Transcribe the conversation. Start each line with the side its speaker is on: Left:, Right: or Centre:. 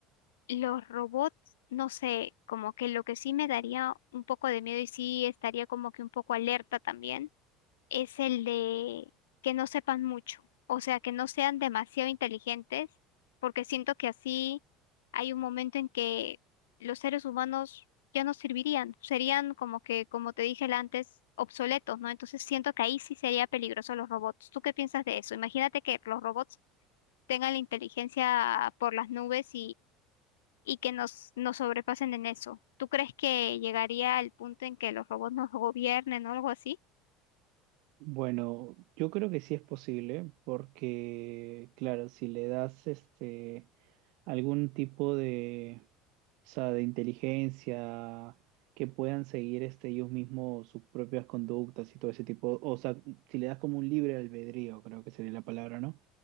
Left: Los robots, no sé, como que lo que sí me daría un poco de miedo y sí estaría como que un poco alerta también, es el de que no sepan mucho, o sea, que no sean demasiado inteligentes, porque siento que así hay un momento en que los seres humanos ya no servirían, serían como que, como te dije antes, obsoletos, ¿no? Entonces siento que ahí sí sería peligroso los robots. ¿Tú qué piensas de eso? Imagínate que los robots tengan la inteligencia por las nubes y que nos, nos sobrepasen en eso. ¿Tú crees que llegaría al punto en que los robots nos gobiernen o algo así?
Right: Bueno, yo creo que sí es posible, porque claro, si le das este algún tipo de, o sea, de inteligencia que puedan seguir este ellos mismos sus propias conductas y todo ese tipo, o sea, si le das como un libre albedrío, creo que sería la palabra, ¿no?